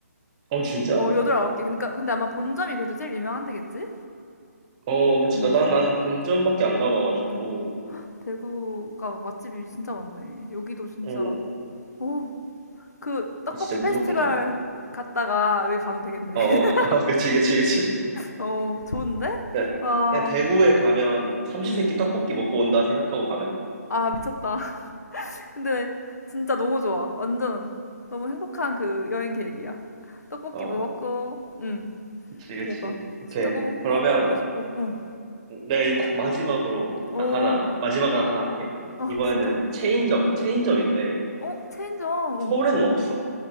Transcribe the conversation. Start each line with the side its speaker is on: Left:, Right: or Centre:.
Right: 어, 진짜?
Left: 어, 8, 홉개 그러니까, 근데 아마 본점이 그래도 제일 유명한 데겠지?
Right: 어, 그치.
Left: 음,
Right: 나, 난, 나는 본점밖에 안 가봐가지고,
Left: 오, 헉, 대구가 맛집이 진짜 많네. 여기도 진짜,
Right: 어,
Left: 오, 그 떡볶이
Right: 진짜 무조건
Left: 페스티벌
Right: 가야 돼.
Left: 갔다가 여기 가면 되겠네.
Right: 어,
Left: <laughs>
Right: 어, 어, <laughs> 그치, 그치, 그치.
Left: 어, 좋은데?
Right: 그냥,
Left: 와.
Right: 그냥 대구에 가면 삼시세끼
Left: 음.
Right: 떡볶이 먹고 온다 생각하고 가면 돼.
Left: 아, 미쳤다. <laughs> 근데 진짜 너무 좋아. 완전 너무 행복한 그 여행 계획이야. 떡볶이도
Right: 어,
Left: 먹고, 응,
Right: 그치, 그치.
Left: 대박.
Right: 오케이.
Left: 진짜 너무,
Right: 그러면,
Left: 너무 먹어보고 싶어. 어.
Right: 내가 이제 딱 마지막으로
Left: 오,
Right: 딱 하나, 마지막으로 하나 할게.
Left: 아,
Right: 이번에는
Left: 진짜?
Right: 체인점, 체인점인데
Left: 어, 체인점, 어.
Right: 서울에는 없어.